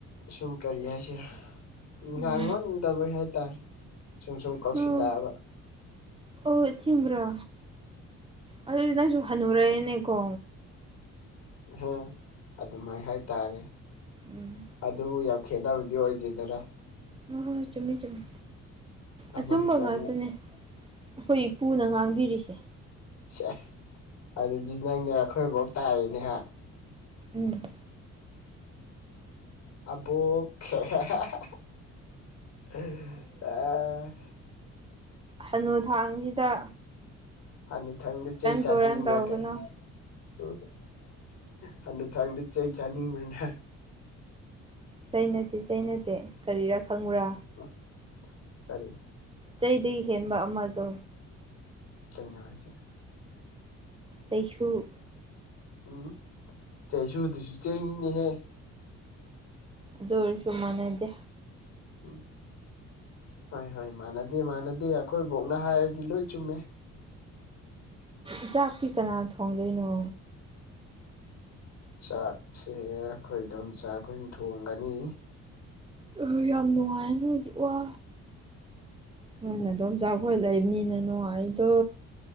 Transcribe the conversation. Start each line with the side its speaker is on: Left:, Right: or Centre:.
Left: ꯁꯨꯝ ꯀꯔꯤ ꯍꯥꯏꯁꯤꯔꯥ ꯉꯥꯡꯉꯣꯟꯟꯗꯕꯩ
Right: ꯎꯝ
Left: ꯍꯥꯏꯇꯥꯔꯦ ꯁꯨꯝ ꯁꯨꯝ ꯀꯧꯁꯤꯜꯂꯛꯑꯕ
Right: ꯑꯣ ꯑꯣ ꯆꯤꯡꯕ꯭ꯔꯣ ꯑꯗꯨꯗꯤ ꯅꯪꯁꯨ ꯍꯟꯅꯨꯔꯦꯅꯦꯀꯣ
Left: ꯑ ꯑꯗꯨꯃꯥꯏ ꯍꯥꯏꯇꯥꯔꯦ
Right: ꯎꯝ
Left: ꯑꯗꯨꯕꯨ ꯈꯦꯗꯥꯕꯨꯗꯤ ꯑꯣꯏꯗꯗꯔꯥ
Right: ꯍꯣꯏ ꯍꯣꯏ ꯍꯣꯏ ꯆꯨꯝꯃꯤ ꯆꯨꯝꯃꯤ
Left: ꯑꯃ
Right: ꯑꯆꯨꯝꯕ
Left: ꯈꯤꯇꯪꯅꯤ
Right: ꯉꯥꯛꯇꯅꯦ ꯑꯩꯈꯣꯏ ꯏꯄꯨꯅ ꯉꯥꯡꯕꯤꯔꯤꯁꯦ
Left: ꯁꯦ ꯑꯗꯨꯗꯤ ꯅꯪꯅꯦ ꯑꯩꯈꯣꯏꯐꯧ ꯇꯥꯔꯦꯅꯦꯍ
Right: ꯎꯝ
Left: ꯑꯕꯣ ꯍꯥ ꯍꯥ ꯍꯥ ꯑ
Right: ꯍꯅꯨꯊꯥꯡꯁꯤꯗ
Left: ꯍꯅꯤꯊꯪꯗꯤ ꯆꯩ ꯆꯥꯅꯤꯡꯕ꯭ꯔꯒꯦ
Right: ꯇꯨꯔꯟ ꯇꯧꯒꯅꯨ
Left: ꯎ ꯍꯅꯊꯥꯡꯗ ꯆꯩ ꯆꯥꯅꯤꯡꯕ꯭ꯔꯅꯦ
Right: ꯆꯩꯅꯠꯇꯦ ꯆꯩꯅꯗꯦ ꯀꯔꯤꯔꯥ ꯈꯪꯕ꯭ꯔꯥ
Left: ꯎ ꯐꯔꯤ
Right: ꯆꯩꯗꯒꯤ ꯍꯦꯟꯕ ꯑꯃꯗꯣ
Left: ꯀꯩꯅꯣ ꯍꯥꯏꯁꯦ
Right: ꯆꯩꯁꯨ
Left: ꯎꯝ ꯆꯩꯁꯨꯗꯨꯁꯨ ꯆꯩꯦꯡꯅꯤꯅꯦꯍꯦ
Right: ꯑꯗꯨ ꯑꯣꯏꯔꯁꯨ ꯃꯥꯟꯅꯗꯦ
Left: ꯎꯝ ꯍꯣꯏ ꯍꯣꯏ ꯃꯥꯟꯅꯗꯦ ꯃꯥꯟꯅꯗꯦ ꯑꯩꯈꯣꯏꯕꯧꯅ ꯍꯥꯏꯔꯗꯤ ꯂꯣꯏ ꯆꯨꯝꯃꯦ
Right: ꯏꯆꯥꯛꯇꯤ ꯀꯅꯥ ꯊꯣꯡꯗꯣꯏꯅꯣ
Left: ꯆꯥꯛꯁꯦ ꯑꯩꯈꯣꯏ ꯑꯗꯨꯝ ꯆꯥꯛꯈꯣꯏꯅ ꯊꯣꯡꯒꯅꯤ
Right: ꯑꯣ ꯌꯥꯝ ꯅꯨꯡꯉꯥꯏ ꯅꯣꯏꯗꯤ ꯋꯥ ꯅꯣꯏꯅ ꯑꯗꯨꯝ ꯖꯥꯈꯣꯏ ꯂꯩꯕꯅꯤꯅ ꯅꯨꯡ ꯑꯩꯗꯣ